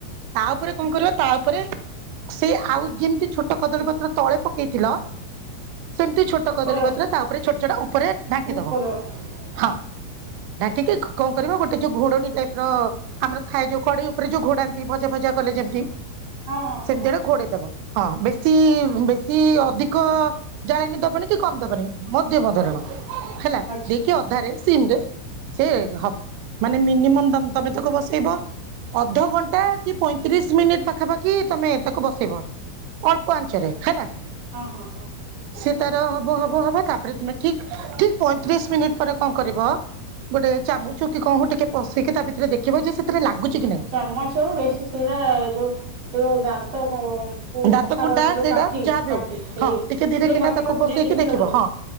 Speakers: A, on the right; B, on the right.
A: ତା ଉପରେ କଣ କରିବା ତା ଉପରେ ସେ ଆଉ ଯେମିତି ଛୋଟ କଦଳୀ ପତ୍ର ତଳେ ପକେଇଥିଲ ସେମତି ଛୋଟ କଦଳୀପତ୍ର
B: ଉପର
A: ତା ଉପରେ ଛୋଟ ଛୋଟ ଉପରେ ଢାଙ୍କିଦବ
B: ଉପର
A: ହଁ। ଢାଙ୍କିକି କଣ କରିବ ଗୋଟେ ଯୋଉ ଘୋଡଣୀ ଟାଇପ ର ଆମର ଥାଏ ଯୋଉ କଡେଇ ଉପରେ ଯୋଉ ଘୋଡାନ୍ତି ଭଜା ଫଜା କଲେ ଯେମତି
B: ହଁ ହଁ
A: ସେମତିଆ
B: ହଁ ହଁ
A: ଏଟା ଘୋଡେଇ ଦବ। ହଁ ବେଶୀ ବେଶୀ ଅଧିକ ଜାଳେଣି ଦବନି କି କମ ଦବନି ମଧ୍ୟମ ଧରଣ ହେଲା
B: ଆଚ୍ଛା
A: ଦେଇକି
B: ହଁ
A: ଅଧାରେ ସିମରେ
B: ହଁ
A: ସେ ହବ ମାନେ ମିନିମମ୍ ତମେ ତାକୁ ବସେଇବ ଅଧଘଣ୍ଟା କି ପଇଁ ତିରିଶ ମିନିଟ୍ ପାଖାପାଖି ତମେ ତାକୁ ବସେଇବ। ଅଳ୍ପ ଆଞ୍ଚରେ ହେଲା।
B: ହଁ ହଁ ହଁ
A: ସେ ତାର ହବ ହବ ହବ ତାପରେ ତମେ ଠିକ ଠିକ ପଇଁତିରିଶ ମିନିଟ୍ ପରେ କଣ କରିବ ଗୋଟେ ଚାମୁଚ କି କଣ ଟିକେ ପଶେଇକି ତା ଭିତରେ ଦେଖିବ ଯେ ସେଥିରେ ଲାଗୁଛି କି ନାଇଁ।
B: ଚାମଚ ଆଉ ବେଶୀ ସେଇଟା ଯୋଉ ସେ ଯ ଦାନ୍ତ କୁ
A: ଦାନ୍ତ
B: ସଫା
A: ଖୁଣ୍ଟା
B: କରନ୍ତି ଯୋଉ
A: ସେଇଟା
B: କାଠି
A: ଯାହା ବି
B: କାଠି
A: ହଉ
B: ସେଇ
A: ହଁ ଟିକେ ଧୀରେ
B: ସେଇ
A: କିନା
B: କାଠି
A: ତାକୁ
B: ଟା ପୁରେଇକି
A: ପସେଇକି
B: ଦେଖିଲେ
A: ଦେଖିବ
B: ବଢିଆ ଲାଗେ
A: ହଁ।